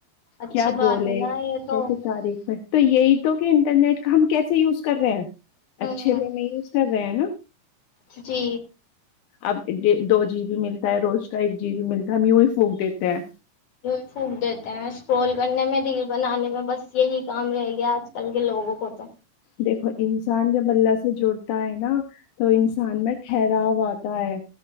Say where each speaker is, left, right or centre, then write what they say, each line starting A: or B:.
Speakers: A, on the left; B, on the left.
A: اچھی
B: کیا بولے
A: بات ہے نا یہ تو
B: کیس تاریخ میں تو یہی تو کہ انٹرنیٹ کا ہم کیسے یوز کر رہے ہیں
A: ہوں
B: اچھے پ میں یوز کر رہے ہیں نا
A: جی
B: اب دو جی بی ملتا ہے روز کا ایک جی بی ملتا ہے ہم یوں ہی پھونک دیتے ہیں
A: یوں پھونک دیتے ہیں اسکرول کرنے میں ریل بنانے میں بس یہی کام رہے گیا آج کل کے لوگوں کو تو
B: دیکھو انسان جب اللہ سے جڑتا ہے نا تو انسان میں ٹھہراؤ آتا ہے